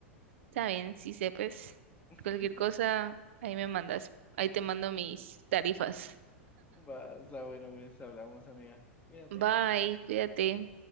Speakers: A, on the right (about 65°); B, on the left (about 20°).
A: Está bien, sí sé, pues.
B: <laughs>
A: Cualquier cosa, ahí me mandas. Ahí te mando mis tarifas.
B: Va, está bueno, pues hablamos, amiga. Cuídate.
A: Bye, cuídate.